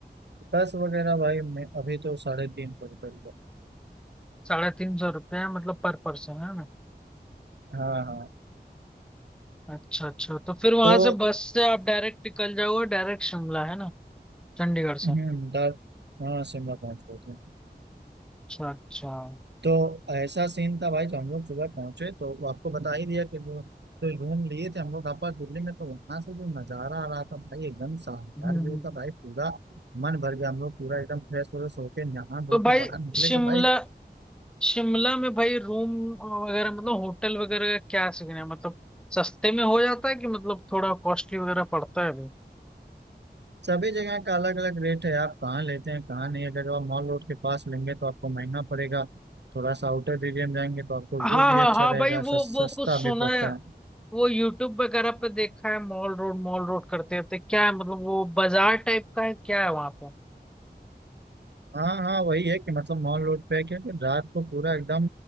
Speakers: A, on the right (about 80°); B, in the centre.
A: बस वगैरह भाई मैं अभी तो साढ़े तीन सौ रुपये हुआ।
B: साढ़े तीन सौ रुपये है मतलब पर पर्सन है ना
A: हाँ हाँ
B: अच्छा अच्छा तो फिर वहां
A: तो
B: से बस से आप डायरेक्ट निकल जाओगे डायरेक्ट शिमला है ना चंडीगढ़
A: हम्म,
B: से
A: दार हाँ शिमला पहुंच गए थे
B: अच्छा अच्छा हम्म
A: तो ऐसा सीन था भाई जो हम लोग सुबह पहुंचे तो वो आपको बता ही दिया कि जो जो रूम लिए थे हम लोग आपस दिल्ली में तो वहां से जो नजारा आ रहा था भाई एकदम शानदार
B: हम्म, हम्म।
A: व्यू था भाई पूरा मन भर गया हम लोग पूरा एकदम फ्रेश हो गए सो के नहा धो
B: तो भाई
A: के बाहर निकले
B: शिमला
A: तो भाई
B: शिमला में भाई रूम वगैरह मतलब होटल वगैरह का क्या सीन है मतलब सस्ते में हो जाता है कि मतलब थोड़ा कॉस्टली वगैरह पड़ता है भाई
A: सभी जगह का अलग अलग रेट है आप कहाँ लेते हैं कहाँ नहीं अगर आप मॉल रोड के पास लेंगे तो आपको महंगा पड़ेगा थोड़ा सा आउटर एरिया में जाएंगे तो आपको
B: हाँ
A: व्यू भी
B: हाँ
A: अच्छा
B: हाँ
A: रहेगा
B: भाई वो
A: सस,
B: वो
A: सस्ता
B: कुछ सुना
A: भी पड़ता
B: है
A: है
B: वो यूट्यूब वगैरह पे देखा है मॉल रोड मॉल रोड करते रहते क्या है मतलब वो बाजार टाइप का है क्या है वहां पे
A: हाँ हाँ वही है कि मतलब मॉल रोड पे है क्योंकि रात को पूरा एकदम